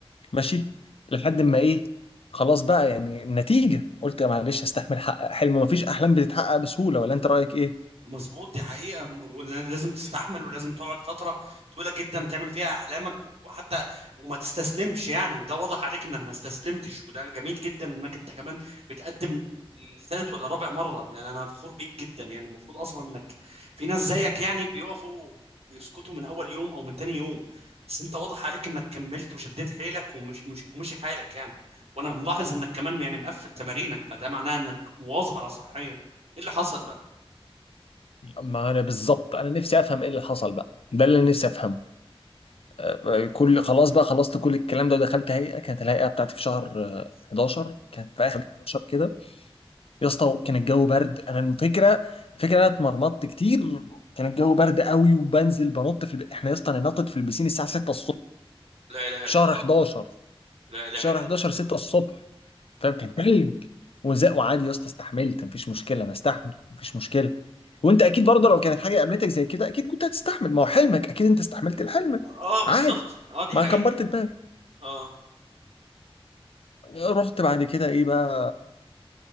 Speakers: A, on the left (about 70°); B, on the right (about 80°).
A: ماشي لحد ما ايه خلاص بقى يعني النتيجه قلت يا معلش استحمل حقق حلم مفيش احلام بتتحقق بسهوله ولا انت رايك ايه
B: مظبوط دي حقيقة ولازم تستحمل ولازم تقعد فترة طويلة جدا تعمل فيها أحلامك وحتى وما تستسلمش يعني وده واضح عليك إنك ما استسلمتش وده جميل جدا إنك أنت كمان بتقدم لثالث ولا رابع مرة يعني أنا فخور بيك جدا يعني المفروض أصلا إنك في ناس زيك يعني بيقفوا يسكتوا من أول يوم أو من تاني يوم بس أنت واضح عليك إنك كملت وشديت حيلك ومش مش ومشي حالك يعني وأنا ملاحظ إنك كمان يعني مقفل تمارينك فده معناه إنك مواظب على صحيا إيه اللي حصل بقى؟
A: ما انا بالظبط انا نفسي افهم ايه اللي حصل بقى ده اللي أنا نفسي افهمه آه، كل خلاص بقى خلصت كل الكلام ده ودخلت هيئه كانت الهيئه بتاعتي في شهر آه، 11 كانت في اخر 11 كده يا اسطى كان الجو برد انا الفكره الفكره انا اتمرمطت كتير كان الجو برد قوي وبنزل بنط في الب... احنا يا اسطى انا نطت في البسين الساعه 6 الصبح
B: لا اله
A: في
B: الا
A: شهر
B: الله
A: 11
B: لا اله
A: في شهر
B: الا
A: 11
B: الله
A: 6 الصبح فاهم كان تلج وزق وعادي يا اسطى استحملت مفيش مشكله انا استحمل مفيش مشكله وانت اكيد برضه لو كانت حاجه قابلتك زي كده اكيد كنت هتستحمل ما هو حلمك اكيد انت استحملت الحلم
B: اه بالظبط
A: عادي
B: اه دي
A: ما
B: حقيقة
A: كبرت دماغك
B: اه
A: رحت بعد كده ايه بقى